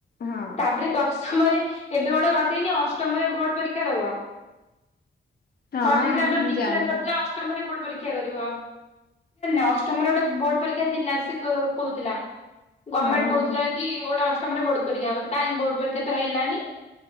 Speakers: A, on the left; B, on the left.
A: ହଁ।
B: ତା'---ରେ ଦଶମରେ, ଏବେ ଗୋଟେ କର୍ ଦେଇନି ଅଷ୍ଟମରେ ବୋର୍ଡ଼ ପରୀକ୍ଷା ଦବ।
A: ହଁ
B: କର୍ ଦେଇଥିଲା ତ,
A: ମୁଁ
B: ଡ଼ିକ୍ଲାର୍
A: ଜାଣିନି।
B: ଅଷ୍ଟମରେ ବୋର୍ଡ଼ ପରୀକ୍ଷା କରିବ। ଅଷ୍ଟମରେ ଗୋଟେ ବୋର୍ଡ଼ ପରୀକ୍ଷା ଥିଲା, ସେ କହୁଥିଲା। ଗମେଟ୍
A: ହଉ
B: କହୁଥିଲା
A: ହଉ।
B: କି ଗୋଟେ ଅଷ୍ଟମରେ ବୋର୍ଡ଼ ରୀକ୍ଷା ବୋର୍ଡ଼ ପରୀକ୍ଷା ତ ହେଲାନି।